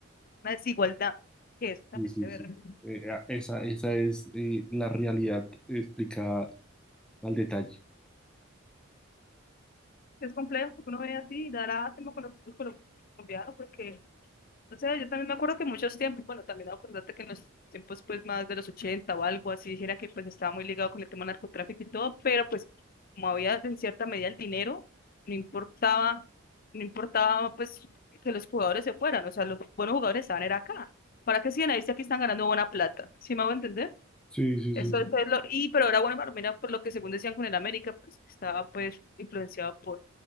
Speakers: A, on the left (about 40°); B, in the centre.
A: una desigualdad, que eso también
B: Sí, sí,
A: se ve.
B: sí.
A: re-
B: Eh, a- esa, esa es eh, la realidad explicada al detalle.
A: Es complejo, porque uno ve así, y da lástima con los fútbol colombiano, porque O sea, yo también me acuerdo que muchos tiempos, bueno, también acordate que en los tiempos pues más de los 80 o algo así, dijera que pues estaba muy ligado con el tema del narcotráfico y todo, pero pues como había en cierta medida el dinero, no importaba, no importaba pues que los jugadores se fueran, o sea, los buenos jugadores estaban era acá. ¿Para qué siguen ahí si aquí están ganando buena plata? ¿Sí me hago entender?
B: Sí, sí,
A: Eso
B: sí.
A: fue lo, y pero era bueno para por lo que según decían con el América, pues estaba pues influenciado por,